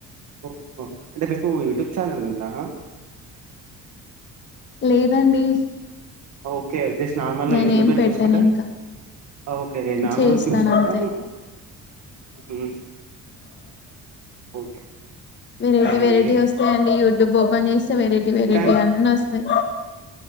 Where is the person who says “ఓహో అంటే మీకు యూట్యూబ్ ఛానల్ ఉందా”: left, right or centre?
Right